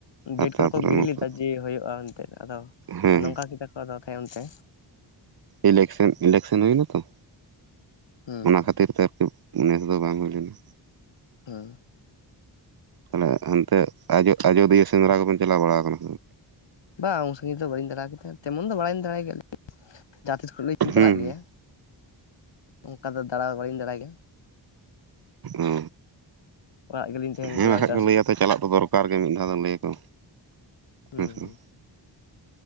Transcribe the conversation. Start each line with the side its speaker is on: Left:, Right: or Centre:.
Left: ᱰᱮᱴ
Right: ᱟᱨ ᱛᱟᱨᱯᱚᱨᱮ
Left: ᱠᱚᱫᱚ ᱠᱚ ᱜᱤᱰᱤ
Right: ᱱᱚᱛᱮ
Left: ᱞᱮᱫᱟ ᱡᱮ, ᱦᱩᱭᱩᱜᱼᱟ᱾ ᱮᱱᱛᱮᱫ ᱟᱫᱚ
Right: ᱦᱮᱸ
Left: ᱱᱚᱝᱠᱟ ᱜᱮ ᱠᱚ ᱠᱚ ᱫᱚ ᱠᱷᱟᱱ ᱟᱱᱛᱮ
Right: ᱤᱞᱮᱠᱥᱮᱱ ᱤᱞᱮᱠᱥᱮᱱ ᱦᱩᱭᱱᱟᱛᱚ,
Left: ᱦᱩᱸ
Right: ᱚᱱᱟ
Left: ᱦᱩᱸ
Right: ᱠᱷᱟᱹᱛᱤᱨ ᱛᱮᱠᱤ ᱱᱮᱥ ᱫᱚ ᱵᱟᱝ ᱦᱩᱭ ᱞᱮᱱᱟ᱾
Left: <unintelligible>
Right: ᱛᱟᱦᱮ ᱦᱟᱱᱛᱮ ᱟᱡ ᱟᱡᱚᱫᱤᱭᱟᱹ ᱥᱮᱸᱫᱽᱨᱟ ᱠᱚᱵᱮᱱ ᱪᱟᱞᱟᱣ ᱵᱟᱲᱟ ᱠᱟᱱᱟ?
Left: ᱵᱟ ᱩᱱ ᱥᱟᱹᱜᱤᱧ ᱫᱚ ᱵᱟᱹᱧ ᱫᱟᱲᱟ ᱠᱮᱫᱟ ᱛᱮᱢᱚᱱ ᱫᱚ ᱵᱟᱲᱟᱭᱧ ᱫᱟᱲᱟᱭ ᱠᱮᱫᱭᱟ ᱡᱟᱦᱟᱸ ᱛᱤᱥ ᱧ ᱪᱟᱞᱟᱜ
Right: ᱦᱩᱸ
Left: ᱜᱮᱭᱟ, ᱚᱱᱠᱟ ᱫᱚ ᱫᱟᱬᱟ ᱫᱚ ᱵᱟᱞᱤᱧ ᱫᱟᱬᱟᱭ ᱜᱮᱭᱟ᱾
Right: ᱚ
Left: ᱚᱲᱟᱜ ᱜᱮᱞᱤᱧ ᱛᱟᱦᱮᱱ
Right: ᱦᱮᱸ
Left: ᱜᱮᱭᱟ
Right: ᱵᱟᱠᱷᱟᱡ
Left: ᱪᱟᱥ
Right: ᱠᱚ ᱞᱟᱹᱭᱟ ᱛᱚ ᱪᱟᱞᱟᱜ ᱫᱚ ᱫᱚᱨᱠᱟᱨ ᱠᱟᱨ ᱜᱮ ᱢᱤᱫ ᱫᱷᱟᱣ ᱫᱚ ᱞᱟᱹᱭ ᱟᱠᱚ
Left: ᱦᱩᱸ
Right: ᱦᱮᱸᱥᱮ
Left: ᱦᱩᱸ
Right: ᱵᱟᱝ᱾